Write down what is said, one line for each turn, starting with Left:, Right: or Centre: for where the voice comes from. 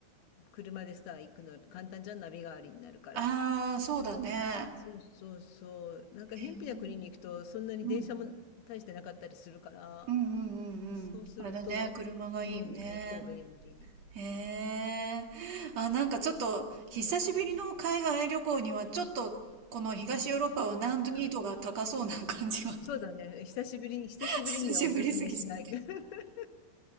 Left: 車でさ、行くの、簡単じゃん、ナビ代わりになるから。
Right: ああ、そうだね。
Left: そうそうそう。なんか、
Right: へえ。
Left: 偏僻な国に行くと、そんなに電車も大してなかったりするから、
Right: うん。うんうんうんうん。
Left: そうすると、
Right: あれだね。車がいいよね。
Left: うん、結構便利。
Right: へえ。あ、なんかちょっと、久しぶりの海外旅行には、
Left: うん。
Right: ちょっと、この東ヨーロッパは難易度が高そうな感じが、
Left: うん。そうだね。久しぶり、久しぶりにはおすすめしない。
Right: <laughs> 久しぶりすぎちゃって。
Left: <laughs>